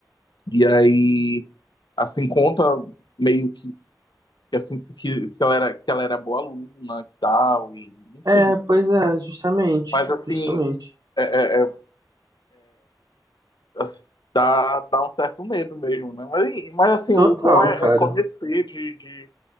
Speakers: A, on the left; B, on the right.
A: E aí, assim, conta meio que que eu sinto que se ela era, que ela era boa aluna e tal, e, enfim.
B: É, pois é, justamente.
A: Mas assim,
B: Justamente.
A: é, é- é, as- dá, dá um certo medo mesmo, né? Mas, e- mas assim,
B: Total,
A: o bom é,
B: cara.
A: é conhecer, de, de,